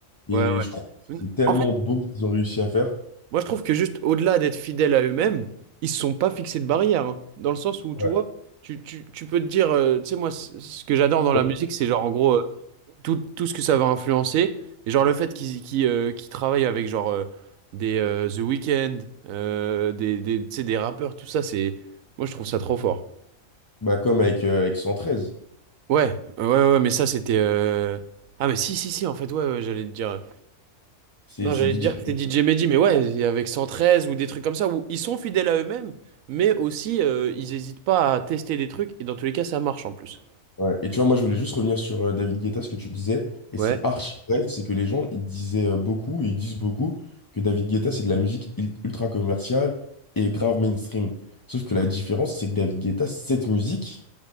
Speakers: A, on the left (about 30°); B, on the right (about 80°).
A: Et
B: ouais,
A: je trouve que
B: ouais.
A: c'est tellement
B: En fait,
A: beau ce qu'ils ont réussi à faire.
B: moi, je trouve que juste au-delà d'être fidèles à eux-mêmes, ils se sont pas fixés de barrières, hein. dans le sens où, tu
A: Ouais.
B: vois, tu, tu, tu peux te dire, euh, tu sais, moi, c- ce que j'adore dans la
A: Ouais.
B: musique, c'est genre, en gros, tout, tout ce que ça va influencer. Et genre le fait qu'ils qu'ils, euh, qu'ils travaillent avec genre euh, des euh, The Weeknd, euh, des, des, tu sais, des rappeurs, tout ça, c'est... Moi je trouve ça trop fort.
A: Bah, comme avec, euh, avec cent treize
B: Ouais, ouais, ouais, ouais, mais ça c'était... euh, Ah mais si, si, si, en fait, ouais, ouais, j'allais te dire...
A: C'est
B: Non,
A: c'est
B: j'allais
A: DJ.
B: te dire que c'était DJ Mehdi, mais ouais, il y a avec 113 ou des trucs comme ça, où ils sont fidèles à eux-mêmes, mais aussi euh, ils hésitent pas à tester des trucs, et dans tous les cas ça marche en plus.
A: Ouais. Et tu vois, moi, je voulais juste revenir sur euh, David Guetta, ce que tu disais, et
B: Ouais,
A: c'est archi vrai, c'est que les gens, ils disaient euh, beaucoup, et ils disent beaucoup, que David Guetta, c'est de la musique il- ultra commerciale et grave mainstream. Sauf que la différence, c'est que David Guetta, cette musique,